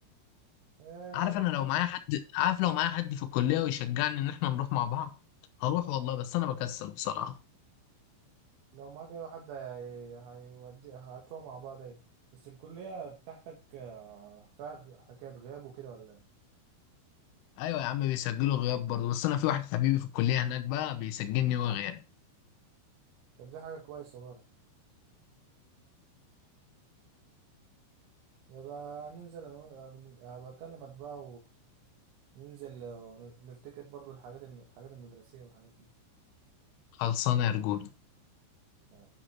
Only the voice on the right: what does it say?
آه.
اه
لو معاك اي حد هي- هيودي هتروح مع بعض ايوه بس الكلية بتاعتك آه، فيها غ- حكاية غياب وكده ولا إيه؟
طب دي حاجة كويسة برضه يبقى ننزل انا و- أبقى اكلمك بقى وننزل ونفتكر برضه الحاجات الم- الحاجات المدرسية والحاجات
دي